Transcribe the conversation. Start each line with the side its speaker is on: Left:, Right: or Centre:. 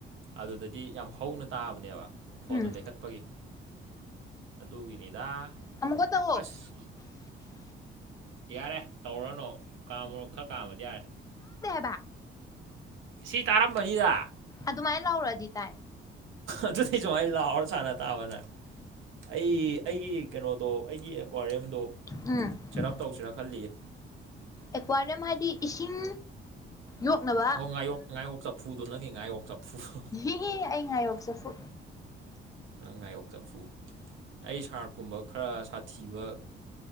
Right: ꯑꯗꯨꯗꯗꯤ ꯌꯥꯝ ꯍꯧꯅ ꯇꯥꯕꯅꯦꯕ ꯃꯈꯣꯟꯗ
Left: ꯎꯝ
Right: ꯂꯩꯈꯠꯄꯒꯤ ꯑꯗꯨꯒꯤꯅꯤꯗ
Left: ꯑꯃꯨꯛꯀ ꯇꯧꯑꯣ
Right: ꯑꯁꯤ ꯌꯥꯔꯦ ꯇꯧꯔꯅꯨ ꯀꯥꯃꯣ ꯈꯔ ꯀꯥꯝꯃꯗꯤ ꯌꯥꯔꯦ
Left: ꯕ
Right: ꯏ ꯇꯥꯔꯝꯕꯅꯤꯗ
Left: ꯑꯗꯨꯃꯥꯏꯅ ꯂꯧꯥꯎꯔꯛꯗꯤ ꯇꯥꯏ
Right: ꯑꯗꯨꯗꯤ ꯁꯨꯃꯥꯏꯅ ꯂꯥꯛꯑꯣ ꯁꯥꯟꯅ ꯇꯥꯕꯅ ꯑꯩ ꯑꯩꯒꯤ ꯀꯩꯅꯣꯗꯣ ꯑꯩꯒꯤ ꯑꯦꯀ꯭ꯋꯥꯔꯤꯌꯝꯗꯣ
Left: ꯎꯝ
Right: ꯇꯞ ꯇꯧꯁꯤꯔꯥ ꯈꯜꯂꯤꯌꯦ
Left: ꯑꯦꯀ꯭ꯋꯥꯔꯤꯌꯝ ꯍꯥꯏꯗꯤ ꯏꯁꯤꯡ ꯌꯣꯛꯅꯕ
Right: ꯑꯣ ꯉꯥꯌꯣꯛ ꯉꯥꯌꯣꯛ ꯆꯐꯨꯗꯣ ꯅꯪꯒꯤ ꯉꯥꯌꯣꯛ ꯆꯐꯨꯗꯣ
Left: ꯍ ꯍ ꯑꯩ ꯉꯥꯏ ꯌꯣꯛꯁ ꯐ
Right: ꯅꯪ ꯉꯥꯏꯌꯣꯛ ꯆꯐꯨ ꯑꯩ ꯁꯥꯔꯠꯀꯨꯝꯕ ꯈꯔ ꯁꯥꯊꯤꯕ